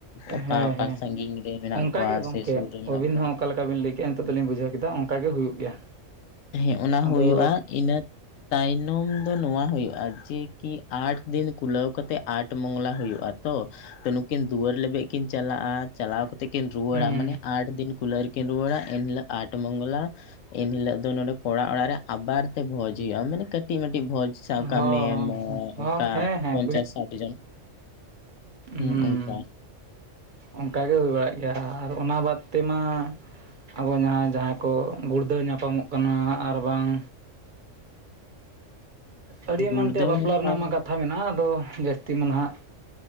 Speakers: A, on the left; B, on the right.
A: ᱚᱠᱟ
B: ᱦᱮᱸ
A: ᱚᱠᱟ
B: ᱦᱮᱸ
A: ᱥᱟᱺᱜᱤᱧ ᱨᱮ ᱢᱮᱱᱟᱜ
B: ᱚᱱᱠᱟᱜᱮ
A: ᱠᱚᱣᱟ
B: ᱜᱚᱢᱠᱮ
A: ᱥᱮ ᱥᱩᱨ ᱨᱮ
B: ᱟᱹᱵᱤᱱ
A: ᱢᱮᱱᱟᱜ ᱠᱚᱣᱟ
B: ᱦᱚᱸ ᱚᱠᱟᱞ ᱞᱮᱠᱟ ᱵᱤᱱ ᱞᱟᱹᱭᱠᱮᱜᱼᱟ ᱱᱤᱛᱚᱜ ᱫᱚᱞᱤᱧ ᱵᱩᱡᱷᱟᱹᱣ ᱠᱮᱫᱟ ᱚᱱᱠᱟ ᱜᱮ ᱦᱩᱭᱩᱜ ᱜᱮᱭᱟ
A: ᱦᱮᱸ ᱚᱱᱟ
B: ᱟᱫᱚ
A: ᱦᱩᱭᱩᱜᱼᱟ ᱤᱱᱟᱹ ᱛᱟᱭᱱᱚᱢ ᱫᱚ ᱱᱚᱣᱟ ᱦᱩᱭᱩᱜᱼᱟ ᱡᱮ ᱠᱤ ᱟᱴ ᱫᱤᱱ ᱠᱩᱞᱟᱹᱣ ᱠᱟᱛᱮ ᱟᱴ ᱢᱚᱝᱞᱟ ᱦᱩᱭᱩᱜᱼᱟ ᱛᱚ ᱛᱚ ᱱᱩᱠᱤᱱ ᱫᱩᱣᱟᱹᱨ ᱞᱟᱹᱜᱤᱫᱵ ᱠᱤᱱ ᱪᱟᱞᱟᱜᱼᱟ ᱪᱟᱞᱟᱣ ᱠᱟᱛᱮᱫ ᱠᱤᱱ ᱨᱩᱣᱟᱹᱲᱟ
B: ᱦᱩᱸ
A: ᱢᱟᱱᱮ ᱟᱴ ᱫᱤᱱ ᱠᱩᱞᱟᱨ ᱠᱤᱱ ᱨᱩᱣᱟᱹᱲᱟ ᱮᱱ ᱦᱤᱞᱚᱜ ᱟᱴ ᱢᱚᱝᱞᱟ ᱮᱱ ᱦᱤᱞᱚᱜ ᱟᱫᱚ ᱱᱚᱰᱮ ᱠᱚᱲᱟ ᱚᱲᱟᱜ ᱨᱮ ᱟᱵᱟᱨ ᱛᱮ ᱵᱷᱚᱡᱽ ᱦᱩᱭᱩᱜᱼᱟ ᱢᱟᱱᱮ ᱠᱟᱹᱴᱤᱡ ᱢᱴᱤᱡ ᱵᱷᱚᱡᱽ ᱥᱟᱵᱠᱟᱜ
B: ᱦᱚᱸ
A: ᱢᱮ
B: ᱦᱚᱸ
A: ᱚᱱᱠᱟ
B: ᱦᱮᱸ ᱦᱮᱸ
A: ᱯᱚᱧᱪᱟᱥ ᱥᱟᱴ ᱡᱚᱱ ᱦᱮᱸ
B: ᱦᱸ
A: ᱚᱱᱠᱟ
B: ᱚᱱᱠᱟᱟᱜᱮ ᱦᱩᱭ ᱵᱟᱲᱟᱜ ᱜᱮᱭᱟ ᱟᱨ ᱚᱱᱟ ᱵᱟᱫ ᱛᱮᱢᱟ ᱟᱵᱚ ᱡᱟᱦᱟᱸ ᱡᱟᱦᱟᱸᱭ ᱠᱚ ᱜᱩᱲᱫᱟᱹᱣ ᱧᱟᱯᱟᱢᱚᱜ ᱠᱟᱱᱟ ᱟᱨᱵᱟᱝ ᱟᱹᱰᱤ
A: ᱜᱩᱲᱫᱟᱹᱣ
B: ᱮᱢᱟᱱ ᱛᱮᱭᱟᱜ ᱵᱟᱯᱞᱟ
A: ᱧᱟᱯᱟᱢ
B: ᱨᱮᱱᱟᱜ ᱢᱟ ᱠᱟᱛᱷᱟ ᱢᱮᱱᱟᱜᱼᱟ ᱟᱫᱚ ᱡᱟᱹᱥᱛᱤ ᱢᱟ ᱱᱟᱦᱟᱜ